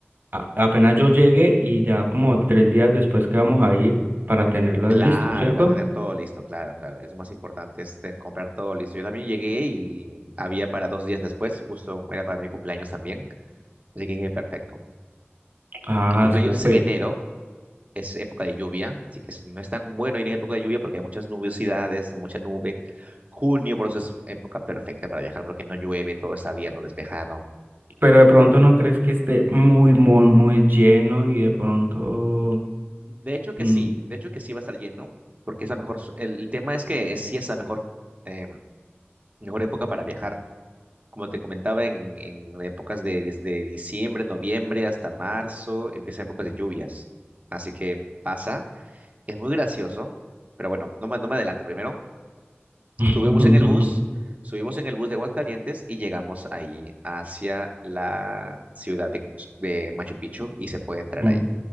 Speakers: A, on the right (about 50°); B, on the right (about 35°).
A: a- apenas yo llegue y ya como tres días después que vamos a ir para tenerlos
B: Claro,
A: listos, ¿cierto?
B: para tener todo listo, claro, claro. Es lo más importante, es comprar todo listo. Yo también llegué y había para dos días después, justo era para mi cumpleaños también. Así que dije, perfecto.
A: Ah,
B: Mi cumpleaños
A: súper.
B: es en enero, es época de lluvia, así que es- no es tan bueno ir en época de lluvia porque hay muchas nubiosidades, mucha nube. Junio, por eso es época perfecta para viajar porque no llueve, todo está abierto, despejado.
A: Pero de pronto no crees que esté muy, muy, muy lleno y de pronto...
B: De hecho que
A: mm,
B: sí, de hecho que sí va a estar lleno porque es la mejor, so- el, el tema es que sí es la mejor, em, mejor época para viajar. Como te comentaba, en, en épocas de desde diciembre, noviembre hasta marzo, empiezan épocas de lluvias. Así que pasa, es muy gracioso, pero bueno, no me, no me adelanto primero.
A: <laughs>
B: Subimos en el bus, subimos en el bus de Aguascalientes y llegamos ahí hacia la ciudad de, Cus- de Machu Picchu y se puede entrar
A: mm,
B: ahí.